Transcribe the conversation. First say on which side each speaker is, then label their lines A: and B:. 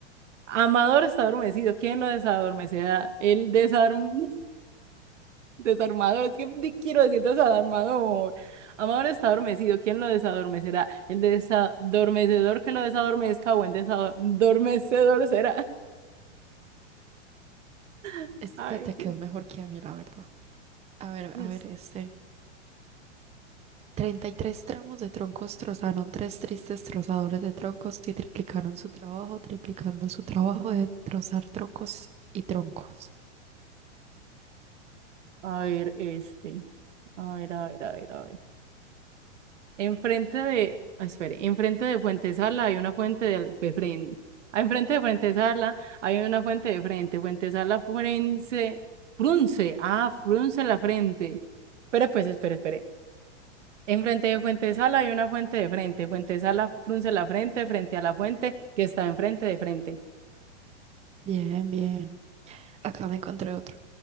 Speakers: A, on the right; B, on the right.
A: Amador está adormecido. ¿Quién lo desadormecerá? El desarm... <laughs> desarmador. Es que di- quiero decir desarmador. Amador está adormecido. ¿Quién lo desadormecerá? El desadormecedor que lo desadormezca o el desadormecedor será. <laughs>
B: Este
A: Ay,
B: te
A: Dios.
B: quedó mejor que a mí, la verdad. A ver,
A: Dios.
B: a ver, este. treinta y tres tramos de troncos trozaron tres tristes trozadores de troncos y triplicaron su trabajo, triplicando su trabajo de trozar troncos y troncos.
A: A ver, este. A ver, a ver, a ver, a ver. Enfrente de, ah, espere, enfrente de Fuentesala hay una fuente de, al- de frente. Enfrente de Fuentesala hay una fuente de frente. Fuentesala Frunce, Frunce, ah, Frunce la frente. Pero pues, espere, espere. Enfrente de Fuentesala hay una fuente de frente. Fuentesala Frunce la frente, frente a la fuente que está enfrente de frente.
B: Bien, bien. Acá me encontré otro.